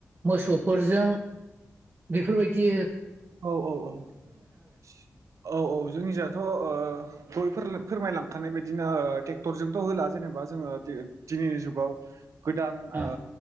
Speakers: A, on the right; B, on the right.
A: मोसौफोरजों बेफोर बायदि
B: औ औ औ औ औ जोंनि जाथ' ओ गयफोर फोरमायलांखानाय बायदिनो ट्रेक्टरजोंथ' होला जेनेबा जोङो दिनै जुगाव गोदान
A: ओं
B: ओ